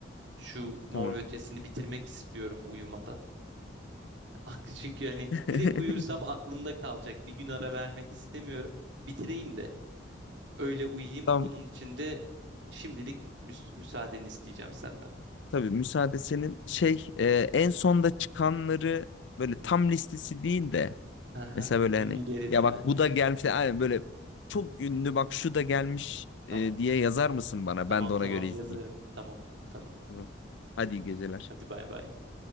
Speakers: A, on the right (about 70°); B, on the left (about 70°).
A: şu Mor
B: Tamam.
A: ve Ötesi'ni bitirmek istiyorum uyumadan. Ak- Çünkü hani
B: <laughs>
A: direkt uyursam aklımda kalacak. Bir gün ara vermek istemiyorum. Bitireyim de öyle uyuyayım.
B: Tamam
A: Bunun için de şimdilik müs- müsaadeni isteyeceğim senden.
B: tabii müsaade senin. Şey e, en sonda çıkanları böyle tam listesi değil de
A: Aha.
B: mesela böyle
A: Ünlüleri
B: hani ya
A: değil
B: bak
A: mi?
B: bu da gelmiş aynen böyle çok ünlü bak şu da gelmiş
A: Tamam.
B: e, diye yazar mısın bana?
A: Tamam
B: Ben de ona
A: tamam
B: göre
A: yazarım.
B: izleyeyim.
A: Tamam. Tamam.
B: Tamam. Hadi iyi geceler.
A: Hadi bay bay.